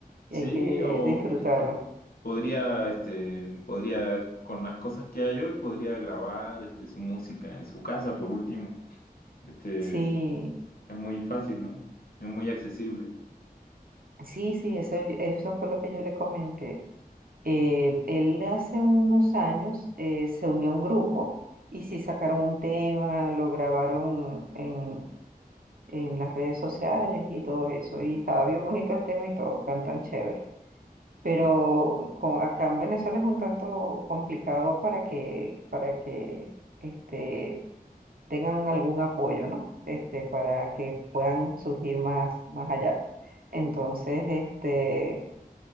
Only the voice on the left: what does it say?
sí,
o
este, podría, este, podría, con las cosas que hay hoy, podría grabar este, su música en su casa por último. Este,
es muy fácil, ¿no? Es muy accesible.